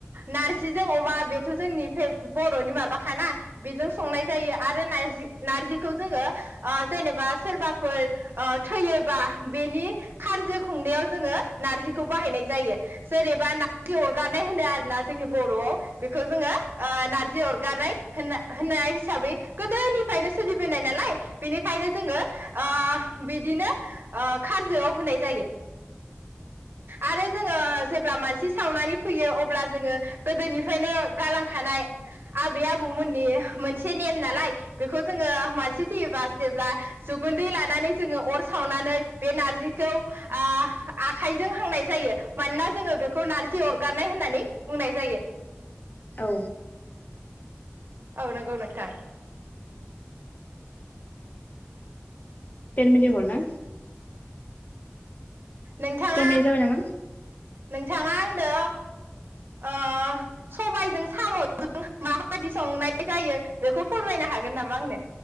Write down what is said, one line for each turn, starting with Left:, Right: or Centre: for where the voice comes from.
Right: नारज जि जों अमा बेख थ जोंनि फेब बरनि माबाखाना। बेजों संनाय जायो आरो नायजि नारजिखौ जोङो ओ जेनेबा सोरबाफोर ओ थैयोबा बेनि खारजो खुंनायाव जोङो नारजिखौ बाहायनाय जायो सोर एबा नारजि अरगारनाय होनो आरोना जोंनि बरआव बेखौ जोङो ओ नारजि अरगारनाय। होनना होननाय हिसाबै गोदोनिफ्रायनो सोलिबोनाय नालाय बेनिखायनो जोङो ओ बिदिनो ओ खारजोआव होनाय जायो। आरो जोङो जेब्ला मानसि सावनानै फैयो अब्ला जोङो गोदोनिफ्रायनो गालांखानाय आबै आबौमोननि मोनसे नेम नालाय बेखौ जोङो मानसि थैयोबा जेब्ला जुगुन्दै लानानै जोङो अर सावनानै बे नारजिखौ ओ आखाइजों हांनाय जायो मानोना जोङो बेखौ नारजि अरगारनाय होननानै बुंनाय जायो।
Left: औ
Right: औ नंगौ नोंथां
Left: तेन मिनिट हल ना?
Right: नोंथाङा
Left: टेन मिनिट जाबाय नामा
Right: नोंथाङा आं नो ओ सबाइजों सामजों माबायदि संनाय जायो बेखौ फोरमायनो हागोन नामा आंनो